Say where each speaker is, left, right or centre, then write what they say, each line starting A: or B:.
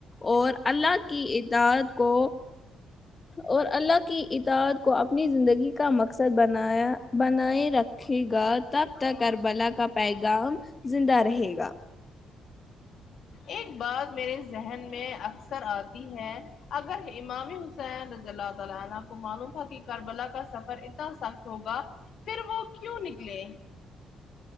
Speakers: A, on the left; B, on the left.
A: اور اللہ کی اطعات کو اور اللہ کی اتعات کو اپنی زندگی کا مقصد بنایا بنائے رکھ رہکھے گا تب تک کربلا کا پیغام زندہ رہے گا
B: ایک بات میرے ذہن میں اکثر آتی ہے ا اگر امامی حسین رض اللہ تعالی عنہ آپ کو معلوم تھا کہ کربلا کا سفر اتنا سخت ہوگا پھر وہ کیوں نکلے